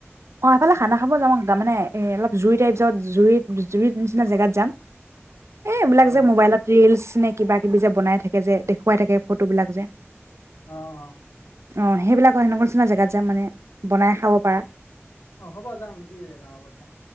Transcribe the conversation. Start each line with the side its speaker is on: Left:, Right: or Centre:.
Right: অ', এফালে খানা খাব যামওঁ তাৰ মানে এ, অলপ জুই টাইপ য জুই জুৰিত নিচিনা জেগাত যাম এ এইবিলাক
Left: অ
Right: যে মোবাইলত ৰিলচ নে কিবা কিবি যে বনাই থাকে যে দেখো কই থাকে ফটোবিলাক যে
Left: অ অ
Right: অ', সেইবিলাকৰ সেনেকুৱা নিচিনা জেগাত যে মানে, বনাই খাব পাৰা।
Left: অ', হ'বা যাম, কি ডাঙৰ কথা